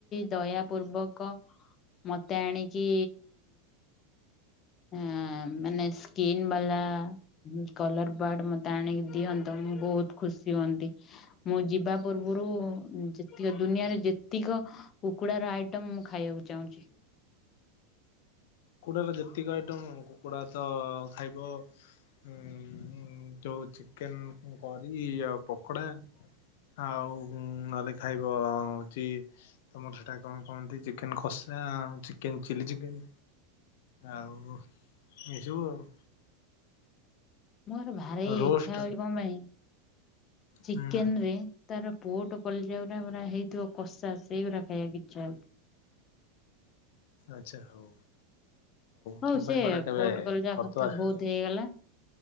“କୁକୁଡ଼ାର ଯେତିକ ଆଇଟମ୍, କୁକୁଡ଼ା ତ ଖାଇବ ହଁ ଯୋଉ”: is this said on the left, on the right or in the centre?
Left